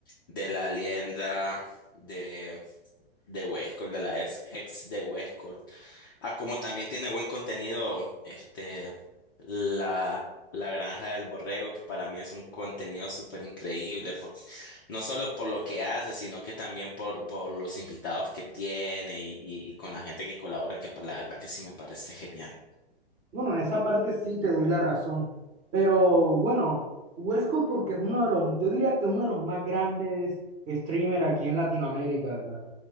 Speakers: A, on the left (about 20°); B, on the right (about 25°).
A: de la Alienda, de, de Huescol, de la ex, ex de Huescol. Ah, como también tiene buen contenido, este, la, la Granja del Borrego, que para mí es un contenido súper increíble, por- no solo por lo que hace, sino que también por, por los invitados que tiene y, y- y con la gente que colabora, que pa- la verdad que sí me parece genial.
B: Bueno, en esa parte sí te doy la razón, pero bueno, Huesco porque es uno de los, yo diría que es uno de los más grandes streamers aquí en Latinoamérica, ¿verdad?